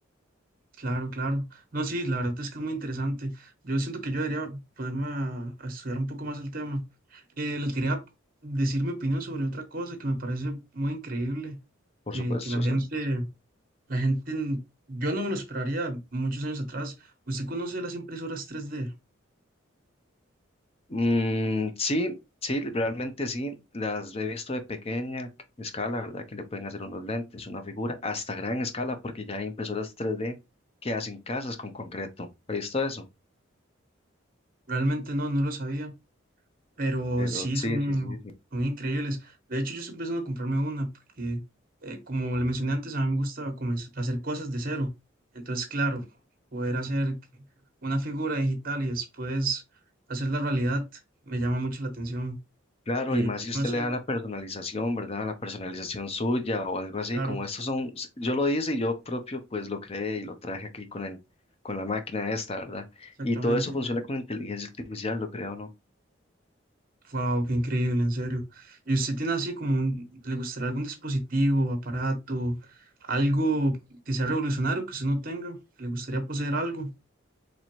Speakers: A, on the right; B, on the left.
A: claro, claro. No, sí, la verdad es que es muy interesante. Yo siento que yo debería ponerme a, a estudiar un poco más el tema. Eh, le quería decir mi opinión sobre otra cosa que me parece muy increíble,
B: Por
A: que,
B: supuesto,
A: que la gente,
B: sí.
A: la gente, n- yo no me lo esperaría muchos años atrás. ¿Usted conoce las impresoras 3D?
B: Mm, sí, sí, realmente sí, las he visto de pequeña escala, ¿verdad? Que le pueden hacer unos lentes, una figura, hasta gran escala, porque ya hay impresoras 3D que hacen casas con concreto. ¿Ha visto eso?
A: Realmente no, no lo sabía, pero
B: Pero
A: sí
B: sí,
A: son,
B: sí, sí, sí.
A: son increíbles. De hecho, yo estoy pensando en comprarme una porque, eh, como le mencioné antes, a mí me gusta comenz- hacer cosas de cero. Entonces, claro, poder hacer una figura digital y después hacer la realidad me llama mucho la atención.
B: Claro,
A: Eh,
B: y más
A: yo
B: si usted
A: no sé,
B: le da la personalización, ¿verdad? La personalización suya o algo así,
A: claro,
B: como estos son, s- yo lo hice y yo propio pues lo creé y lo traje aquí con el, con la máquina esta, ¿verdad?
A: exactamente.
B: Y todo eso funciona con inteligencia artificial, lo creo, ¿no?
A: Wow, qué increíble, en serio. ¿Y usted tiene así como un, le gustaría algún dispositivo, aparato, algo que sea revolucionario que usted no tenga? que ¿Le gustaría poseer algo?